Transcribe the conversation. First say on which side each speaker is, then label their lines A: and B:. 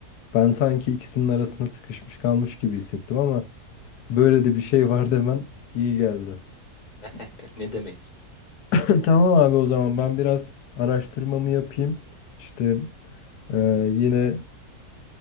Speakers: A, on the left (about 80°); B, on the left (about 35°).
A: Ben sanki ikisinin arasında sıkışmış kalmış gibi hissettim ama böyle de bir şey <laughs> var demen iyi geldi.
B: <laughs> Ne demek?
A: <laughs> Tamam abi o zaman ben biraz araştırmamı yapayım. İşte e, yine